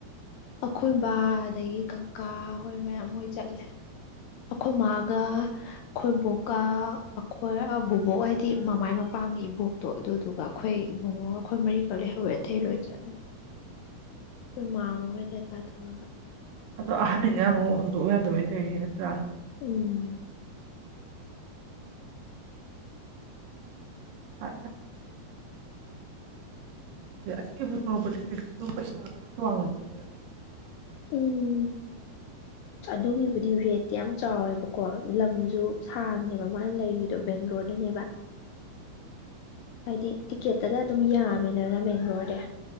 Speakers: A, on the left; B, on the right.
A: ꯑꯩꯈꯣꯏ ꯕꯥ ꯑꯗꯒꯤ ꯀꯀꯥ ꯍꯣꯏ ꯃꯌꯥꯝ ꯍꯣꯏ ꯆꯠꯂꯦ ꯑꯩꯈꯣꯏ ꯃꯥꯒ ꯈꯣꯏꯕꯣꯛꯀ ꯑꯩꯈꯣꯏ ꯕꯕꯣꯛ ꯍꯥꯏꯗꯤ ꯃꯃꯥꯏ ꯃꯄꯥꯡꯉ ꯏꯕꯣꯛ ꯇꯣ ꯑꯗꯨꯗꯨꯒ ꯑꯩꯈꯣꯏ ꯏꯕꯨꯡꯉꯣꯒ ꯑꯩꯈꯣꯏ ꯃꯔꯤꯈꯛ ꯂꯩꯍꯧꯋꯦ ꯑꯊꯩ ꯂꯣꯏ ꯆꯠꯂ ꯑꯩꯈꯣꯏ ꯃꯥ ꯃꯈꯣꯏ ꯀꯩ ꯀꯥꯊꯔꯒ
B: ꯑꯗꯣ ꯑꯍꯟꯅꯤꯅ ꯑꯃꯨꯛ ꯍꯨꯟꯗꯣꯛꯎ ꯌꯥꯗꯕꯩ ꯂꯩꯧꯔꯤꯁ ꯅꯠꯇ꯭ꯔꯥ
A: ꯎꯝ
B: ꯄ ꯗꯤ ꯑꯁꯤꯕ ꯊꯣꯛꯣꯔꯛꯄꯗꯤꯦꯛꯁꯇꯨ ꯄꯩꯁꯥꯒꯨꯝꯕꯁꯨ ꯋꯥꯡꯉꯝꯅꯤ
A: ꯎꯝ ꯑꯗꯨꯒꯤꯕꯨꯗꯤ ꯔꯦꯠꯇꯤ ꯌꯥꯝ ꯆꯥꯎꯋꯦꯕꯀꯣ ꯂꯝꯁꯨ ꯁꯥꯡꯅꯦꯦꯕ ꯃꯥꯅ ꯂꯩꯔꯨꯏꯗꯣ ꯕꯦꯡꯒ꯭ꯂꯣꯔꯗꯅꯦꯕ ꯍꯥꯏꯗꯤ ꯇꯤꯛꯀꯦꯠꯇꯒ ꯑꯗꯨꯝ ꯌꯥꯝꯃꯦꯗꯕꯅ ꯕꯦꯡꯒ꯭ꯂꯣꯔꯗ